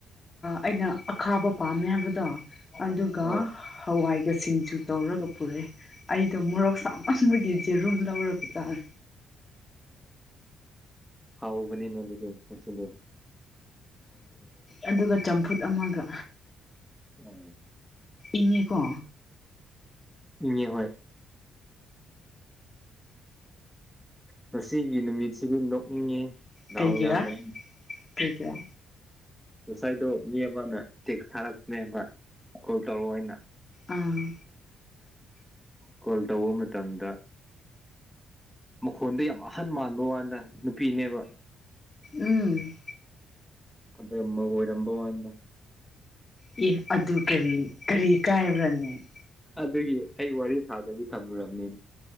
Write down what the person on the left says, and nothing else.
ꯑꯩꯅ ꯈꯥꯕ ꯄꯥꯝꯃꯦ ꯍꯥꯏꯕꯗꯣ ꯑꯗꯨꯒ
ꯍꯋꯥꯏꯒꯁꯤꯡꯁꯨ ꯇꯧꯔꯒ ꯄꯨꯔꯛꯦ ꯑꯩꯗ ꯃꯣꯔꯣꯛ ꯁꯥꯃꯟꯕꯒꯤ ꯔꯨꯝ ꯂꯧꯔꯔꯕ ꯇꯥꯔꯦ
ꯑꯗꯨꯒ ꯆꯝꯐꯨꯠ ꯑꯃꯒ
ꯏꯀꯣ
ꯀꯩꯒꯤꯔꯥ
ꯀꯩꯒꯤꯔꯥ
ꯑꯥ
ꯎꯝ
ꯑꯦ ꯑꯗꯨ ꯀꯔꯤ ꯀꯔꯤ ꯀꯥꯏꯕ꯭ꯔꯅꯦ